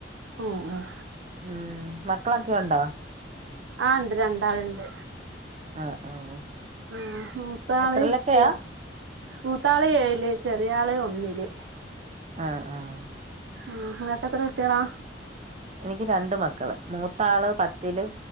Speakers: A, on the right; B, on the right.
A: ഉം ഉം
B: ഉം മക്കളൊക്കെണ്ടോ
A: ആ ണ്ട് രണ്ടാളുണ്ട്
B: ആഹ് ആഹ്
A: ആ മൂത്താള്
B: എത്രയിലൊക്കെയാ
A: എൽ മൂത്താള് ഏഴില് ചെറിയാള് ഒന്നില്
B: ആഹ് ആഹ്
A: മ്മ് ങ്ങക്കത്ര കുട്ട്യേളാ
B: എനിക്ക് രണ്ട് മക്കള് മൂത്താള് പത്തിലും